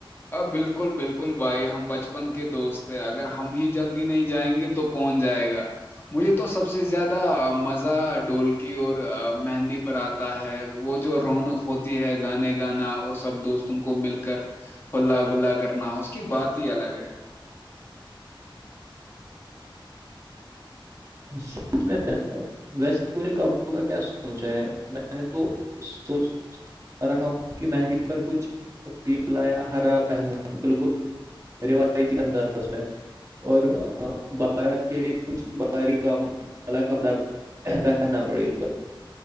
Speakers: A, on the left; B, on the right.
A: بالکل بالکل بھائی ہم بچپن کے دوست ہیں اگر ہم ہی جلدی نہیں جائیں گے تو تو کون جائے گا مجھے تو سب سے زیادہ مزہ ڈولکی اور مہندی پر آتا ہے وہ جو رونق ہوتی ہے گانے گانا اور سب دوستوں کو مل کر ہلا گلہ کرنا اس کی بات ہی الگ ہے
B: سچ میں ویسےورے کپڑوں کا کیا سوچا ہے میں نے تو سوچ رکھا ہوں کہ مہندی پر کچھ پیلایا ہرا بہنوں بالکل روایتی انداز میں اور بھارت کے کچھ کام الگ ک اپنا پہننا پڑے گا